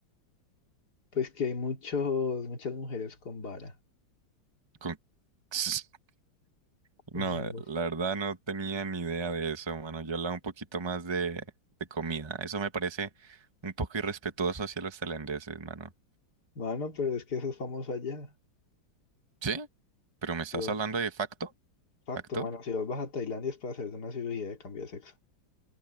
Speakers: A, on the left; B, on the right.
A: Pues que hay muchos, muchas mujeres con vara.
B: Con- <laughs> No,
A: Pues,
B: eh,
A: pues,
B: la verdad no tenía ni idea de eso, mano. Yo hablaba un poquito más de, de comida. Eso me parece un poco irrespetuoso hacia los tailandeses, mano.
A: mano, pero es que eso es famoso allá.
B: ¿Sí? ¿Pero me estás
A: Yo-
B: hablando de facto?
A: Facto,
B: ¿Factor?
A: mano, si vos vas a Tailandia es para hacerte una cirugía de cambio de sexo.